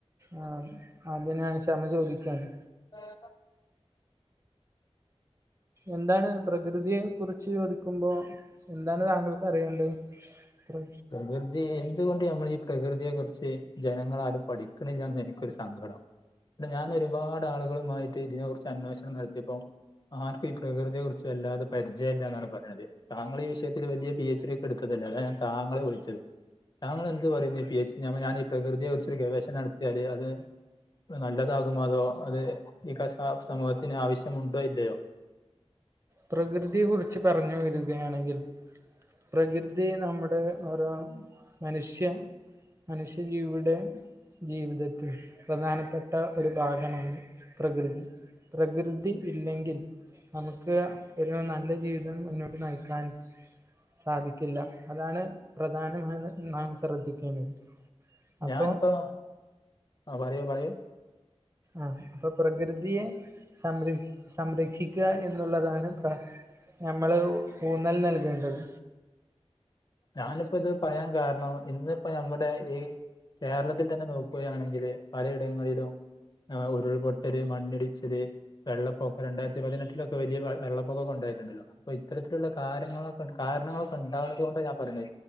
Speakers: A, on the right (about 25°); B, on the left (about 40°).
A: ആഹ് ആദ്യം ഞാൻ ക്ഷമ ചോദിക്കാണ്.
B: <unintelligible>
A: എന്താണ് പ്രകൃതിയെ കുറിച്ച് ചോദിക്കുമ്പോ എന്താണ് താങ്കൾക്ക് അറിയേണ്ടത്. ത്ര്
B: പ്രകൃതി എന്തുകൊണ്ട് ഞമ്മള് ഈ പ്രകൃതിയെ കുറിച്ച് ജനങ്ങളാരും പഠിക്ണില്ലാന്ന് എനിക്കൊരു സങ്കടം ഞാൻ ഒരുപാട് ആളുകളുമായിട്ട് ഇതിനെ കുറിച്ച് അന്വേഷണം നടത്തിയപ്പം ആർക്കും ഈ പ്രകൃതിയെ കുറിച്ച് വല്ലാതെ പരിചയല്ലാന്നാണ് പറിണത്. താങ്കള് ഈ വിഷയത്തില് വലിയ പി എച്ച് ഡി ഇട്ത്തതല്ലേ അതാണ് ഞാൻ താങ്കളെ വിളിച്ചത്. താങ്കൾ എന്ത് പറയുന്നു. ഈ പി എച്ച് ഞാൻ പ്പ ഈ പ്രകൃതിയെ കുറിച്ച് ഗവേഷണം നടത്തിയാല് അത് നല്ലതാകുമോ അതോ അത് ഈ ക സമൂഹത്തിന് ആവശ്യമുണ്ടോ ഇല്ലയോ.
A: പ്രകൃതിയെ കുറിച്ച് പറഞ്ഞു വരികയാണെങ്കിൽ പ്രകൃതി നമ്മുടെ ഓരോ മനുഷ്യൻ മനുഷ്യ ജീവിടെ ജീവിതത്തിൽ പ്രധാനപ്പെട്ട ഒരു ഭാഗമാണ് പ്രകൃതി. പ്രകൃതി ഇല്ലെങ്കിൽ നമു ക്ക് ഒരു നല്ല ജീവിതം മുന്നോട്ട് നയിക്കാൻ സാധിക്കില്ല. അതാണ് പ്രധാനമായൊന്ന് നാം ശ്രദ്ധിക്കേണ്ടത്. അപ്പോൾ
B: ഞാനിപ്പം ആ പറയൂ പറയൂ.
A: ആഹ് അപ്പൊ പ്രകൃതിയെ സംരഷ് സംരക്ഷിക്കുക എന്നുള്ളതാണ് പ്ര ഞമ്മള് ഊന്നൽ നൽകേണ്ടത്.
B: ഞാനിപ്പത് പറയാൻ കാരണം ഇന്നിപ്പോ ഞമ്മുടെ ഈ കേരളത്തിൽ തന്നെ നോക്കുകയാണെങ്കിൽ പലയിടങ്ങളിലും ആഹ് ഉരുൾപൊട്ടല് മണ്ണിടിച്ചല് വെള്ളപ്പൊക്കം രണ്ടായിരത്തി പതിനെട്ടിലൊക്കെ വലിയ വെള്ളപ്പൊക്കൊക്കെ ഉണ്ടായിരു ത്ണ്ടല്ലോ അപ്പോ ഇത്തരത്തിലുള്ള കാര്യങ്ങളൊക് കാരണങ്ങളൊക്കെ ഉണ്ടാവുണതോണ്ടാ ഞ